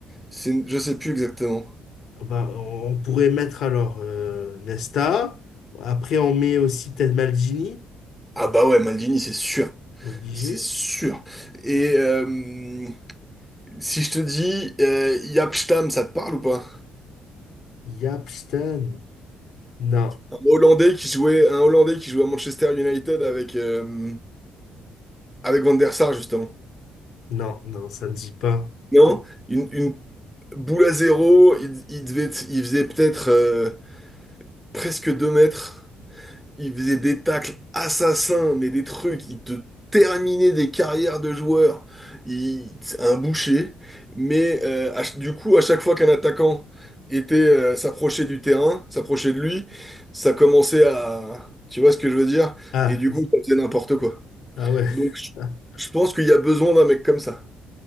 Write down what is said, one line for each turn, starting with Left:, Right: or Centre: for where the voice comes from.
Centre: C'est, je sais plus exactement.
Left: Ben, on pourrait mettre alors euh, Nesta. Après, on met aussi peut-être Maldini.
Centre: Ah bah ouais, Maldini, c'est sûr.
Left: Obligé.
Centre: C'est sûr. Et euh, si je te dis euh, Jaap Stam, ça te parle ou pas?
Left: Yapstan. Non,
Centre: Un Hollandais qui jouait, un Hollandais qui jouait à Manchester United avec, euh, avec Van der Sar justement.
Left: non, non, ça me dit pas.
Centre: Non? Une, une boule à zéro, il, il devait, être- il faisait peut-être euh, presque 2 mètres. Il faisait des tacles assassins, mais des trucs, il te terminait des carrières de joueurs. Il, c'est un boucher. Mais euh, à ch- du coup, à chaque fois qu'un attaquant était euh, s'approchait du terrain, s'approchait de lui, ça commençait à... Tu vois ce que je veux dire?
Left: Ah,
Centre: Et du
Left: z-
Centre: coup, ça faisait n'importe quoi.
Left: ah ouais.
Centre: Donc,
Left: <laughs>
Centre: je
Left: Ah.
Centre: je pense qu'il y a besoin d'un mec comme ça.